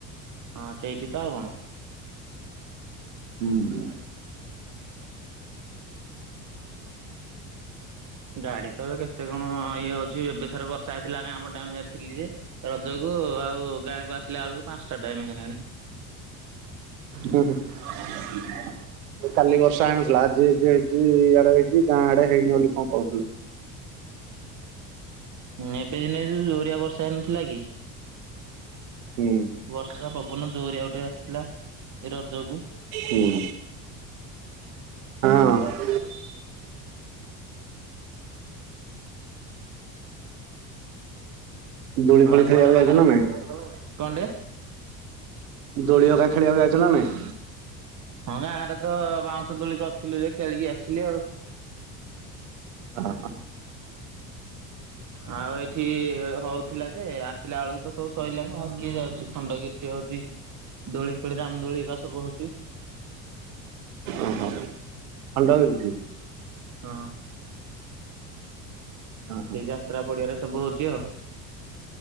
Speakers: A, on the right; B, on the right.
A: ହଁ ସେଇଠି ତ ଆଉ କଣ।
B: ହୁଁ।
A: ଗାଡି ତ ଏବେ କେତେ କଣ ଇଏ ହଉଛି ଏବେଥରେ ବ ର୍ଷା ହେଇଥିଲା ଗାଁ ପଟେ ଆମେ ଯାଇ ଥିଲି ଯେ ରଜକୁ ଆଉ ଗାଁକୁ ଆସିଲା ବେଳକୁ ପାଞ୍ଚଟା ଟାଇମ ହେଲାଣି।
B: ହୁଁ ହୁଁ କାଲି ବର୍ଷା ହେଇନ ଥିଲା ଆଜି ହେଇ ହେଇଚି ଇଆଡେ ହେଇଛି ଗାଁ ଆଡେ ହେଇନି ବୋଲି କଁ କହୁଥିଲେ।
A: ହୁଁ ଏବେ ଦିନେ ଯୋଉ ଜୋରିଆ ବର୍ଷା ହେଇନଥିଲା କି।
B: ହୁଁ।
A: ବର୍ଷା ପବନ ଜୋରିଆ ଗୋଟେ ଆସିଥିଲା ଏ ରଜକୁ।
B: ହୁଁ ହଁ।
A: ହଁ।
B: ଦୋଳି ଫୋଳି
A: ଆଉ
B: ଖେଳିବାକୁ
A: କୁଆଡେ
B: ଯାଇଛ
A: ବାହାରକୁ
B: ନା ନାଇଁ
A: କଁ ଟେ।
B: ଦୋଳି ‌ଅକା ଖେଳିବାକୁ ଯାଇଚ ନା ନାଇ।
A: ହଁ ଗାଁ ରେ ତ ବାଉଁଶ ତୋଳି କରିଥିଲୁ ଯେ ଖେଳିକି ଆସିଲି ଆଉ।
B: ଅ ହଁ।
A: ଆଉ ଏଇଠି ହଉଥିଲା ଯେ ଆସିଲା ବେଳକୁ ତ ସବୁ ସଇଲାଣି ଆଉ କିଏ ଯାଉଛି ଖଣ୍ଡଗିରି ଠି ହଉଛି। ଦୋଳି ଫୋଳି ରାମ ଦୋଳିିକା ସବୁ ହଉଛି।
B: ଓହୋ ଖଣ୍ଡଗିରି ଠି।
A: ହଁ।
B: ଓହୋ
A: ସେଇ ଯାତ୍ରା ପଡିଆରେ ସବୁ ହଉଛି ଆଉ।